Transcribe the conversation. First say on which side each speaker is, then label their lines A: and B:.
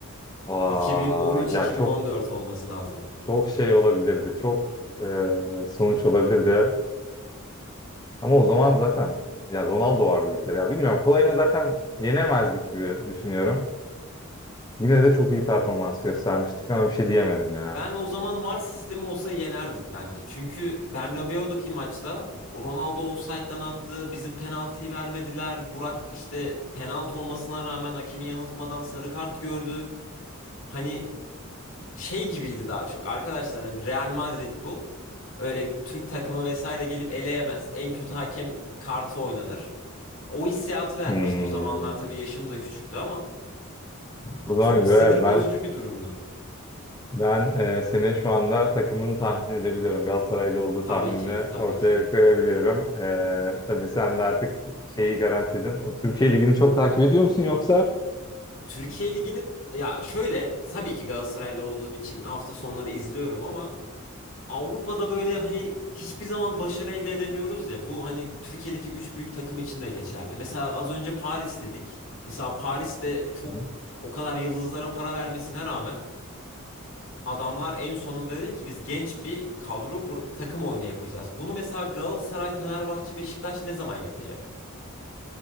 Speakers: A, on the left; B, on the left.
A: Aa,
B: 2013-2014
A: ya çok
B: olması lazım.
A: çok şey olabilirdi. Çok e, sonuç olabilirdi. Ama o zaman zaten ya Ronaldo vardı bir kere ya. Bilmiyorum kolayını zaten yenemezdik gibi düşünüyorum. Yine de çok iyi performans göstermiştik ama bir şey diyemedim ya.
B: Ben o zaman VAR sistemi olsa yenerdik bence. Çünkü Bernabéu'daki maçta Ronaldo ofsayttan attı, bizim penaltıyı vermediler. Burak işte penaltı olmasına rağmen hakemi yanıltmadan sarı kart gördü. Hani şey gibiydi daha çok. Arkadaşlar hani Real Madrid bu. Öyle Türk takımı vesaire gelip eleyemez. En kötü hakem kartı oynanır. O hissiyatı vermişti.
A: Hmm.
B: O zamanlar tabii yaşım da küçüktü ama
A: O zaman
B: çok
A: göre
B: sinir
A: ben
B: bozucu bir durumdu.
A: Ben e, senin şu anda takımını tahmin edebiliyorum. Galatasaraylı olduğu
B: Tabii
A: tahminini
B: ki, tabii
A: ortaya
B: ki.
A: koyabiliyorum. E, tabii sen de artık şeyi garantiledin. O Türkiye Ligi'ni çok takip ediyor musun yoksa?
B: Türkiye Ligi'ni ya şöyle tabii ki Galatasaraylı olduğum için hafta sonları izliyorum ama Avrupa'da böyle hani hiçbir zaman başarı elde edemiyoruz ya. Bu hani Türkiye'deki üç büyük takım için de geçerli. Mesela az önce Paris dedik. Mesela Paris'te çok
A: Hı.
B: o kadar yıldızlara para vermesine rağmen adamlar en sonunda dedi ki biz genç bir kadro kurup takım oyunu yapacağız. Bunu mesela Galatasaray, Fenerbahçe, Beşiktaş ne zaman yapacak?